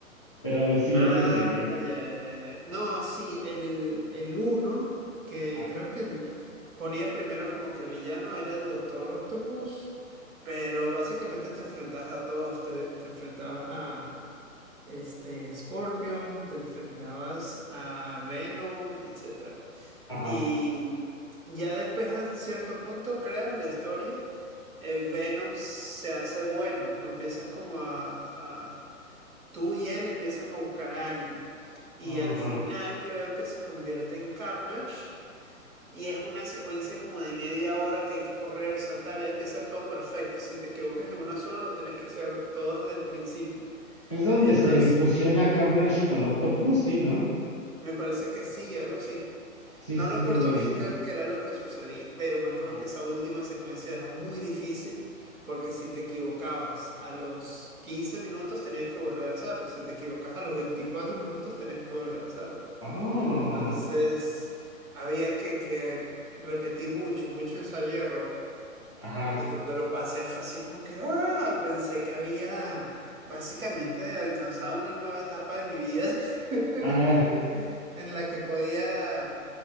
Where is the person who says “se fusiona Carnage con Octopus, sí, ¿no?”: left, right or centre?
Left